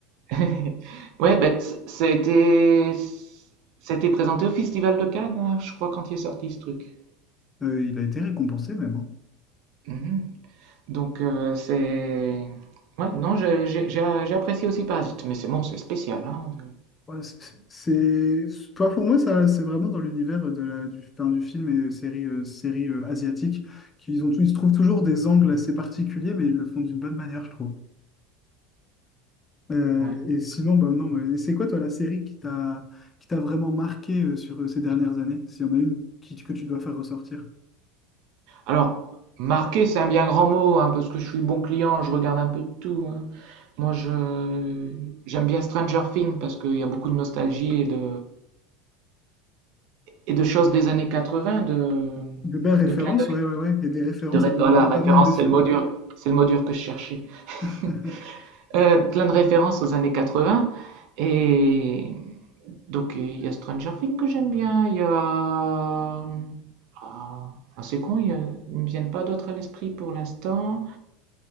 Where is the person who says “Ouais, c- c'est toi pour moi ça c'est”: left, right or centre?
Left